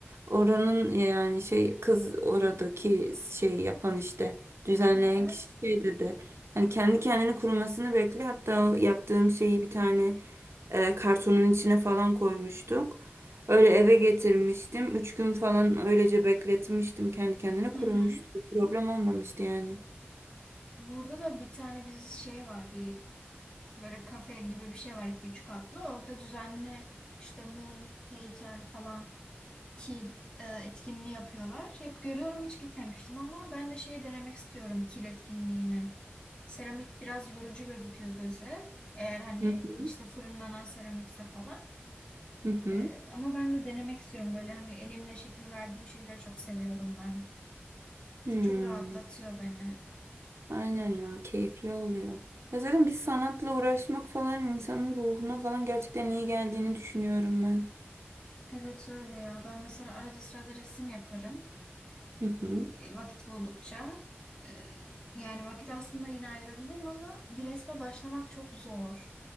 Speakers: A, on the right; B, on the left.
A: Oranın yani şey kız oradaki şey yapan işte düzenleyen
B: Evet.
A: kişi şey dedi. Hani kendi kendine kurumasını bekle. Hatta o yaptığım şeyi bir tane e, kartonun içine falan koymuştuk. Öyle eve getirmiştim. Üç gün falan öylece bekletmiştim. Kendi kendine
B: Hı
A: kurumuştu.
B: hı.
A: Problem olmamıştı yani.
B: Burada da bir tane biz şey var bir böyle kafe gibi bir şey var iki üç katlı. Orada düzenli işte mum, heykel falan kil e, etkinliği yapıyorlar. Hep görüyorum hiç gitmemiştim ama ben de şeyi denemek istiyorum kil etkinliğini. Seramik biraz yorucu gözüküyor göze. Eğer hani
A: Hı hı.
B: işte fırınlanan seramikse falan.
A: hı hı.
B: E, ama ben de denemek istiyorum böyle hani elimle şekil verdiğim şeyleri çok seviyorum ben.
A: Hmm.
B: Çok rahatlatıyor beni.
A: Aynen ya keyifli oluyor. Ya zaten bir sanatla uğraşmak falan insanın ruhuna falan gerçekten iyi geldiğini düşünüyorum ben.
B: Evet öyle ya. Ben mesela arada sırada resim yaparım.
A: Hı hı.
B: E, vakit buldukça. E, yani vakit aslında yine ayırabilirim ama bir resme başlamak çok zor.